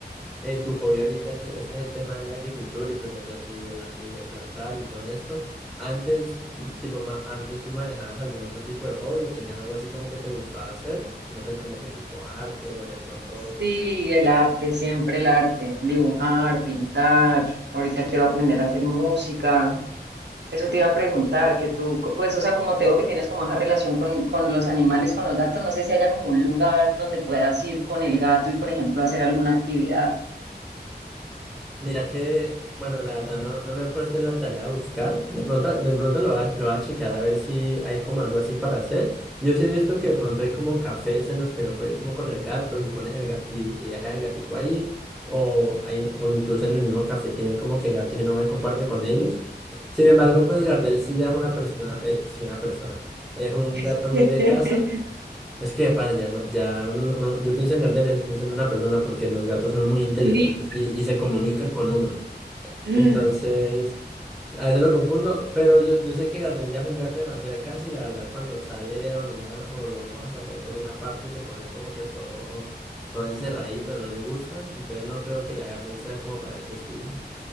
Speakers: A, in the centre; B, on the right (about 75°).
A: eh, tu hobby ahorita, es- ese, es el tema de la agricultura y, pues de, plan- y, de la- y de plantar y todo esto. Antes, mm, tipo, ma- antes tú manejabas algún otro tipo de hobby o tenías algo así como que te gustaba hacer, no sé, como que tipo arte o de pronto
B: Sí, el arte, siempre el arte, dibujar, pintar. Ahorita quiero aprender a hacer música. Eso te iba a preguntar, que tú, co- pues, o sea, como te veo que tienes como esa relación con, con los animales, con los gatos, no sé si haya como un lugar donde puedas ir con el gato y, por ejemplo, hacer alguna actividad.
A: Mira que, bueno, la verdad no, no me he puesto en la tarea de buscar. De pronto, de pronto lo va, lo va a chequear a ver si hay como algo así para hacer. Yo sí he visto que de pronto hay como cafés en los que lo puedes ir como con el gato y pones el gato y, y dejas el gatico ahí. O, hay, o incluso en el mismo café tienen como que gatos y uno va y comparte con ellos. Sin embargo, pues Gardel sí ya es una persona, eh, sí, una persona, es un
B: <laughs>
A: gato muy de casa. Es que de pana, ya, ma- ya uno- uno- yo pienso en Gardel y a veces pienso en una persona porque los gatos son muy inteligentes
B: Sí.
A: y, y se comunican con uno.
B: <laughs>
A: Entonces, a veces lo confundo, pero yo, yo sé que Gardel ya es un gato demasiado casi y la verdad cuando sale de la unidad o lo vamos a sacar por una parte se pone como que todo, todo encerradito, no le gusta. Entonces no creo que ya Gardel sea como para ese estilo.